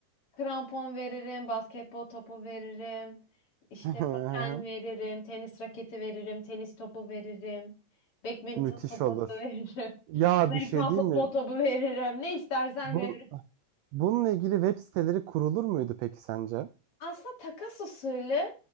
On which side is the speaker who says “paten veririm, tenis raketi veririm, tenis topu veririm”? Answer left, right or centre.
Left